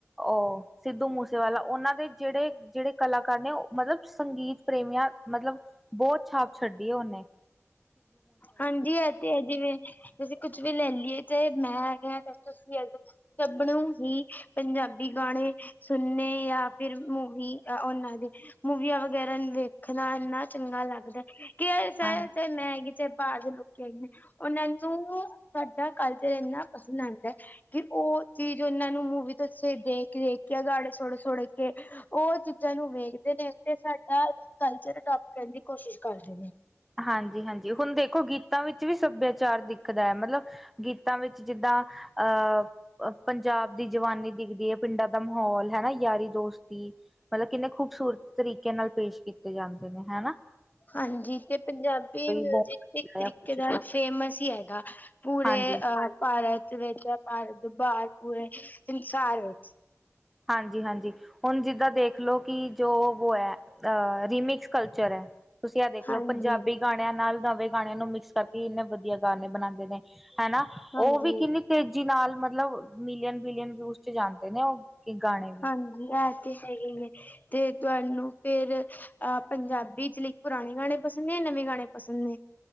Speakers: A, in the centre; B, on the left.
A: ਓ ਸਿੱਧੂ ਮੂਸੇਵਾਲਾ ਓਨਾਂ ਦੇ ਜੇੜੇ-ਜੇੜੇ ਕਲਾਕਾਰ ਨੇ ਓ ਮਤਲਬ ਸੰਗੀਤ ਪ੍ਰੇਮੀਆਂ ਮਤਲਬ ਬੋਤ ਛਾਪ ਛੱਡੀ ਐ ਓਨੇ।
B: ਹਾਂਜੀ, ਐ ਤੇ ਹੈ ਜਿਵੇਂ ਅਸੀਂ ਕੁਛ ਵੀ ਲੈ ਲਈਏ ਚਾਏ ਮੈਂ ਹੈਗਾ, ਤੁਸੀਂ ਹੈਗੇ ਸਭ ਨੂੰ ਹੀ ਪੰਜਾਬੀ ਗਾਣੇ ਸੁਣਨੇ ਯਾਂ ਫਿਰ ਮੂਵੀ ਓਨਾਂ ਦੇ ਮੂਵੀਆਂ ਵਗੈਰਾ ਵੇਖਣਾ ਏਨਾ ਚੰਗਾ ਲੱਗਦਾ ਕਿ
A: ਹਾਂ
B: ਤੇ ਮੈਂ <unintelligible> ਚਾਏ ਬਾਰ ਦੇ ਲੋਕ ਆ ਨੇ, ਓਨਾਂ ਨੂੰ ਸਾਡਾ ਕਲਚਰ ਏਨਾ ਪਸੰਦ ਆਂਦੈ ਕਿ ਉਹ ਚੀਜ਼ ਉਹਨਾਂ ਨੂੰ ਮੂਵੀ ਤੋਂ ਦੇਖ ਦੇਖ ਕੇ ਗਾਣੇ ਸੁਣ- ਸੁਣ ਕੇ ਉਹ ਚੀਜ਼ਾਂ ਨੂੰ ਵੇਖਦੇ ਨੇ ਤੇ ਸਾਡਾ ਕਲਚਰ ਅਡੋਪਟ ਕਰਨ ਦੀ ਕੋਸ਼ਿਸ਼ ਕਰਦੇ ਨੇ।
A: ਹਾਂਜੀ- ਹਾਂਜੀ ਹੁਣ ਦੇਖੋ ਗੀਤਾਂ ਵਿੱਚ ਵੀ ਸੱਭਿਆਚਾਰ ਦਿਖਦਾ ਐ, ਮਤਲਬ ਗੀਤਾਂ ਵਿੱਚ ਜਿੱਦਾਂ ਅਹ ਪੰਜਾਬ ਦੀ ਜਵਾਨੀ ਦਿਖਦੀ ਹੈ, ਪਿੰਡਾਂ ਦਾ ਮਾਹੌਲ ਹਨਾ, ਯਾਰੀ ਦੋਸਤੀ। ਮਤਲਬ ਕਿੰਨੇ ਖੂਬਸੂਰਤ ਤਰੀਕੇ ਨਾਲ ਪੇਸ਼ ਕੀਤੇ ਜਾਂਦੇ ਨੇ ਹੈਨਾ।
B: ਹਾਂਜੀ ਤੇ ਪੰਜਾਬੀ ਮਿਊਜਿਕ
A: ਬੋਂਡ ਜਾਂ
B: ਤਰੀਕੇ
A: ਕੁਛ
B: ਇਕ ਦਾ
A: ਵੀ
B: ਫੇਮਸ ਹੀ ਹੈਗਾ, ਪੂਰੇ
A: ਹਾਂਜੀ
B: ਅ ਭਾਰਤ ਵਿੱਚ ਭਾਰਤ ਦੇ ਬਾਹਰ ਪੂਰੇ ਸੰਸਾਰ ਵਿੱਚ।
A: ਹਾਂਜੀ- ਹਾਂਜੀ ਹੁਣ ਜਿੱਦਾਂ ਦੇਖ ਲਓ ਕਿ ਜੋ ਵੋ ਐ ਅਹ ਰੀਮਿਕਸ ਕਲਚਰ ਐ। ਤੁਸੀਂ ਆਹ ਦੇਖ
B: ਹਾਂਜੀ।
A: ਲਓ ਪੰਜਾਬੀ ਗਾਣਿਆਂ ਨਾਲ ਨਵੇਂ ਗਾਣਿਆਂ ਨੂੰ ਮਿਕਸ ਕਰਕੇ ਇੰਨੇ ਵਧੀਆ ਗਾਣੇ ਬਣਾਦੇ ਨੇ, ਹਨਾ
B: ਹਾਂਜੀ,
A: ਉਹ ਵੀ ਕਿੰਨੀ ਤੇਜ਼ੀ ਨਾਲ ਮਤਲਬ ਮਿਲੀਅਨ -ਬਿਲੀਅਨ ਵਿਊਜ਼ ਚ ਜਾਂਦੇ ਨੇ ਉਹ ਕਿ ਗਾਣੇ। ਵੀ
B: ਹਾਂਜੀ ਆ ਤੇ ਹੈ ਹੀ ਨੇ। ਤੇ ਤੁਹਾਨੂੰ ਫੇਰ ਅਹ ਪੰਜਾਬੀ ਚ ਲਈ ਪੁਰਾਣੇ ਗਾਣੇ ਪਸੰਦ ਨੇ, ਨਵੇਂ ਗਾਣੇ ਪਸੰਦ ਨੇ?